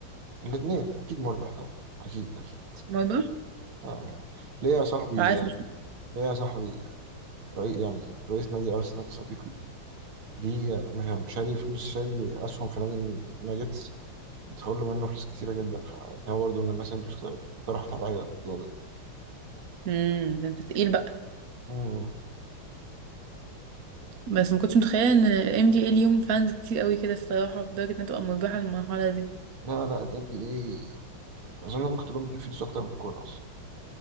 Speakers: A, on the right; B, on the right.
A: الاثنين اكيد مربح طبعا اكيد اكيد
B: مربح؟
A: آه. ليه يا صاحبي
B: عارف مش
A: ليه يا صاحبي رئي يعني رئيس نادي ارسنال صديقي ليه مش مش شاري فلوس شاري اسهم في نادي الناجتس تخلوا له منه فلوس كتيره جدا فهو برضه من الناس اللي اقترحت عليا الموضوع ده
B: امم ده انت تقيل بقى
A: مم.
B: بس ما كنتش متخيله ان ال NBA ليهم فانز كتير قوي كده الصراحه لدرجه انها تبقى مربحه للمرحله دي
A: لا لا ال NBA اظن ممكن تكون بتجيب فلوس اكتر من الكوره اصلا